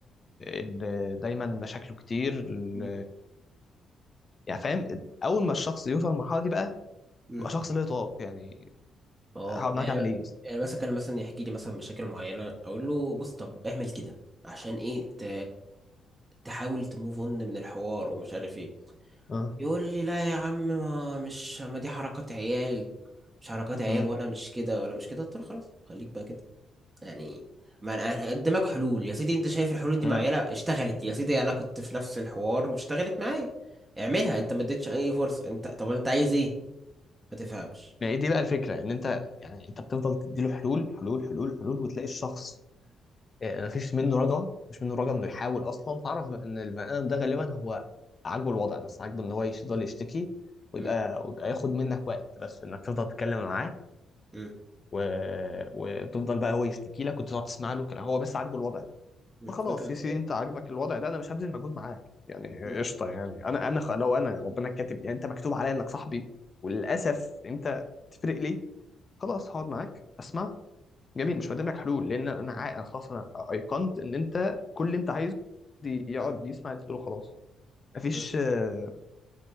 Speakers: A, on the left; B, on the right.
A: ال دايما مشاكله كتير ال-
B: أمم،
A: يعني فاهم اول ما الشخص يوصل للمرحله دي بقى
B: أمم.
A: يبقى شخص لا يطاق يعني
B: اه
A: هقعد
B: يعني
A: معاك اعمل ايه يا اسطى
B: يعني مثلا كان مثلا يحكي لي مثلا مشاكل معينة أقول له بص طب اعمل كده عشان إيه ت... تحاول تموف اون من الحوار ومش عارف إيه
A: اه
B: يقول لي لا يا عم ما مش ما دي حركات عيال مش حركات عيال
A: امم
B: وأنا مش كده ولا مش كده قلت له خلاص خليك بقى كده يعني ما أنا- أنا قدامك حلول يا سيدي انت شايف الحلول دي
A: امم
B: معينه اشتغلت يا سيدي انا كنت في نفس الحوار واشتغلت معايا اعملها انت ما اديتش اي فرصه انت طب انت عايز ايه ما تفهمش
A: يعني دي بقى الفكره ان انت يعني انت بتفضل تديله حلول حلول حلول حلول وتلاقي الشخص آه، مفيش منه رجعه مش منه رجعه انه يحاول اصلا تعرف ان البني ادم ده غالبا هو عاجبه الوضع بس عاجبه ان هو يفضل يشتكي ويبقى
B: مم.
A: ويبقى ياخد منك وقت بس انك تفضل تتكلم معاه
B: مم.
A: و... وتفضل بقى هو يشتكي لك وتقعد تسمع له كده هو بس عاجبه الوضع ده
B: مم.
A: فخلاص
B: فكره
A: يا سيدي انت عاجبك الوضع ده انا مش هبذل مجهود معاك يعني
B: مم.
A: قشطه يعني انا انا خ- لو انا ربنا كاتب يعني انت مكتوب عليا انك صاحبي وللاسف انت تفرق لي خلاص هقعد معاك اسمع جميل مش هقدم لك حلول لان انا عا- أنا خلاص انا ايقنت ان انت كل اللي انت عايزه دي يقعد
B: مم.
A: يسمع اللي تقوله خلاص مفيش
B: مم.
A: آه،